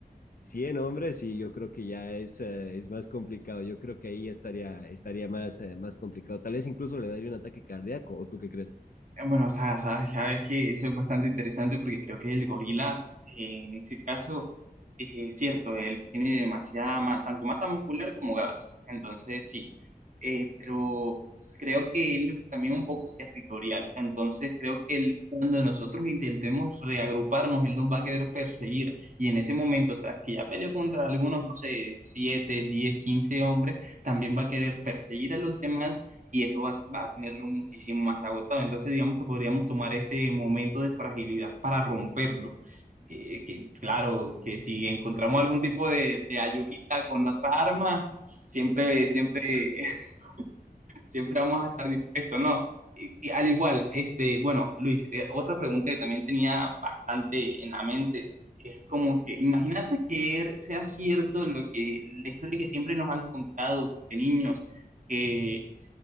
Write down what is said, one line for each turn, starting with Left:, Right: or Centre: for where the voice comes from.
Left: 100 hombres y yo creo que ya es, eh, es más complicado. Yo creo que ahí ya estaría, estaría más, eh, más complicado. Tal vez incluso le daría un ataque cardíaco, ¿o tú qué crees?
Right: Eh, Bueno, o sea, sabes, ya ves que eso es bastante interesante porque creo que el gorila, eh, en este caso, eh, es cierto, él tiene demasiada, ma- tanto masa muscular como grasa. Entonces, sí. Eh, pero creo que él también un poco territorial. Entonces, creo que él, cuando nosotros intentemos reagruparnos, él nos va a querer perseguir. Y en ese momento, tras que ya peleó contra algunos, no sé, siete diez 15 hombres, también va a querer perseguir a los demás y eso va, va a tenerlo muchísimo más agotado. Entonces, digamos que podríamos tomar ese momento de fragilidad para romperlo. Eh, que, claro, que si encontramos algún tipo de, de ayudita con otras armas, siempre, siempre, <laughs> siempre vamos a estar dispuestos, ¿no? Y, y al igual, este, bueno, Luis, eh, otra pregunta que también tenía bastante en la mente es como que, imagínate que er- sea cierto lo que la historia que siempre nos han contado de niños, que